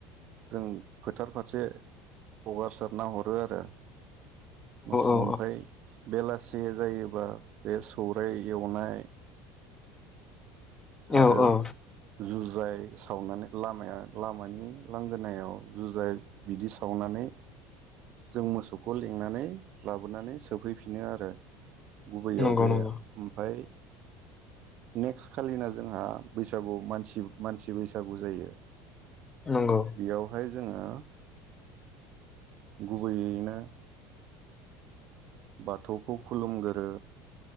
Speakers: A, on the right; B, on the left.
A: जों फोथारफोर से हगारसारना हरो आरो। मोसौ
B: औ
A: ओमफ्राय बेलासि जायोबा बे सौराय एवनाय
B: औ
A: आरो
B: औ
A: जु जाइ सावनानै लामाया लामानि लांगोनायाव जुजाय बिदि सावनानै जों मोसौखौ लिंनानै लाबोनानै सोफैफिनो आरो गुबैयाव
B: नंगौ
A: बे
B: नंगौ
A: ओमफाय नेक्स्ट खालिना जोंहा बैसागु मानसि मानसि बैसागु जायो
B: नंगौ
A: बेयावहाय जोङो गुबैयैनो बाथौखौ खुलुमगोरो